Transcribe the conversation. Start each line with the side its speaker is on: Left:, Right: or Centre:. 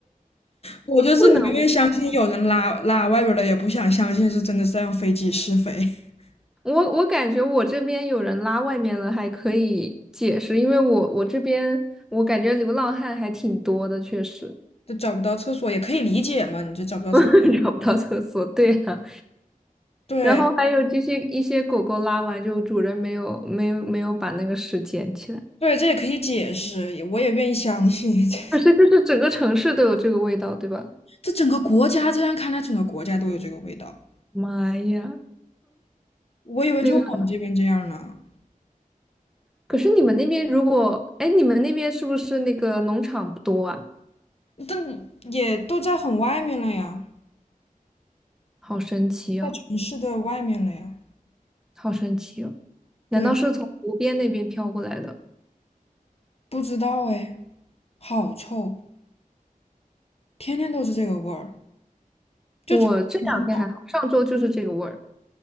Left: 我就是宁愿相信有人拉拉外边儿了，
Centre: 不能。
Left: 也不想相信是真的在用飞机试飞。<laughs>
Centre: 我我感觉我这边有人拉外面了，还可以解释，因为我我这边我感觉流浪汉还挺多的，确实
Left: 就找不到厕所也可以理解嘛，你这找不到厕所，
Centre: <laughs> 找不到厕所。对啊，
Left: 对
Centre: 然后还有就是一些狗狗拉完就主人没有没有没有把那个屎捡起来，
Left: 对，这也可以解释，我也愿意相信。<laughs>
Centre: 可是就是整个城市都有这个味道，对吧？
Left: 这整个国家这样看来，整个国家都有这个味道。
Centre: 妈呀，
Left: 我以为就我们这边这样呢，
Centre: 那个可是你们那边如果哎，你们那边是不是那个农场不多啊？
Left: 但也都在很外面了呀，
Centre: 好神奇哦，
Left: 在城市的外面了呀。
Centre: 好神奇哦，难道是从湖边那边飘过来的？
Left: 对，不知道哎，好臭，天天都是这个味儿，就从天听到
Centre: 我这两天还好，上周就是这个味儿。